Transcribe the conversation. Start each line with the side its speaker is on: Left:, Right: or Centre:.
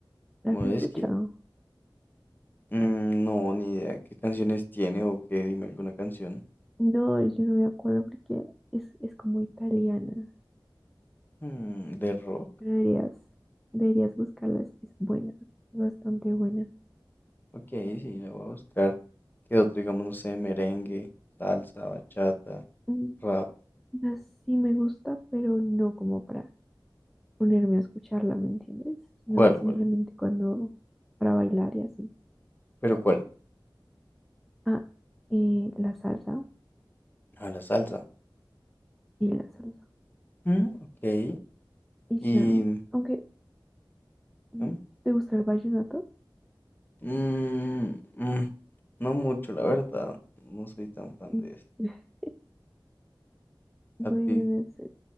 Centre: ¿La
Left: Modeski,
Centre: has escuchado?
Left: mm, no, ni idea, ¿qué canciones tiene o qué? Dime alguna canción.
Centre: No, yo no me acuerdo porque es, es como italiana,
Left: Mm, de rock,
Centre: pero deberías, deberías buscarla, es, es buena, bastante buena.
Left: ok, sí, la voy a buscar. ¿Qué otro, digamos, no sé, merengue, salsa, bachata,
Centre: Mm,
Left: rap?
Centre: o sea, sí me gusta, pero no como para ponerme a escucharla, ¿me entiendes? Sino
Left: ¿Cuál,
Centre: simplemente
Left: cuál?
Centre: cuando, para bailar y así.
Left: ¿Pero cuál?
Centre: Ah, eh, la salsa,
Left: A la salsa.
Centre: y la salsa.
Left: Mm, ok,
Centre: Y
Left: y...
Centre: ya, aunque, mm,
Left: ¿no?
Centre: ¿te gusta el vallenato?
Left: Mm, mm, mm, no mucho, la verdad, no soy tan fan
Centre: Mm,
Left: de eso.
Centre: <laughs> Bueno,
Left: ¿A ti?
Centre: no sé,